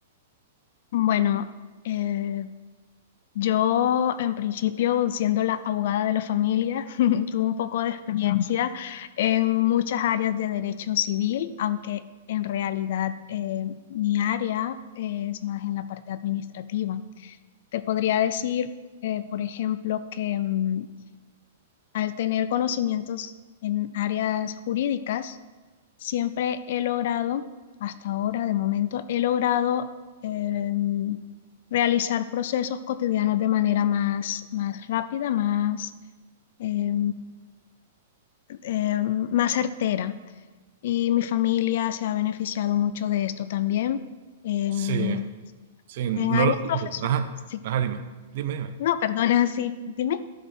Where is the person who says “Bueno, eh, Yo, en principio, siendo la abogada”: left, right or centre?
Left